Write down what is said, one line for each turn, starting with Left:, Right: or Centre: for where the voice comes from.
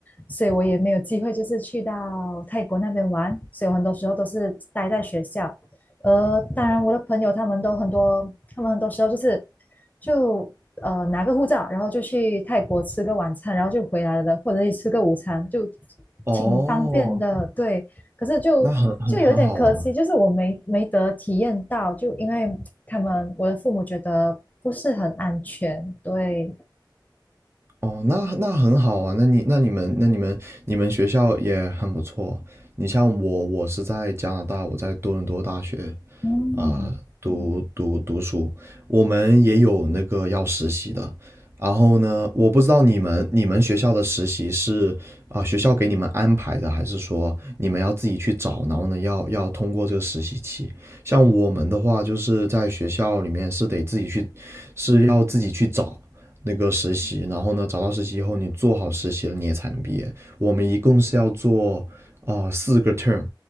Left: 所以我也没有机会就是去到泰国那边玩，所以我很多时候都是待在学校。呃，当然我的朋友他们都很多，他们很多时候就是就呃拿个护照，然后就去泰国吃个晚餐，然后就回来了，或者是吃个午餐，就
Right: 哦，
Left: 挺方便的。对，可是就就有点可惜，
Right: 那很很很好啊。
Left: 就是我没没得体验到，就因为他们我的父母觉得不是很安全。对，
Right: 哦，那那很好啊。那你那你们那你们你们学校也很不错。你像我，我是在加拿大，我在多伦多大学。
Left: 嗯。
Right: 啊、读读读书，我们也有那个要实习的。然后呢，我不知道你们你们学校的实习是啊、学校给你们安排的，还是说你们要自己去找，然后呢要要通过这个实习期？像我们的话，就是在学校里面是得自己去，是要自己去找那个实习，然后呢找到实习以后，你做好实习了你也才能毕业。我们一共是要做啊、呃四个 term，